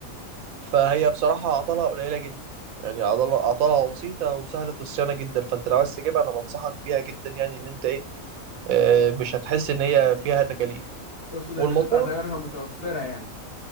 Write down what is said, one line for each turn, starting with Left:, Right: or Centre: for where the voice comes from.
Right: فهي بصراحه عطلها قليله جدا يعني عضلة عطلها بسيطة وسهلة الصيانة جدا فانت لو عايز تجيبها انا بنصحك بيها جدا يعني اللي انت ايه آه، مش هتحس ان هي فيها تكاليف
Left: تقصد ان
Right: والموتور
Left: قطع غيارها متوفرة يعني